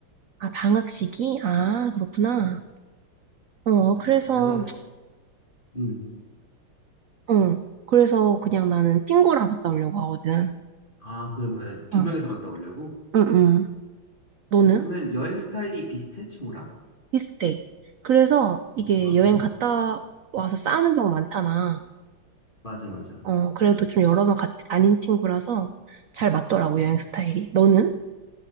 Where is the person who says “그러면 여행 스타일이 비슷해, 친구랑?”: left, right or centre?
Left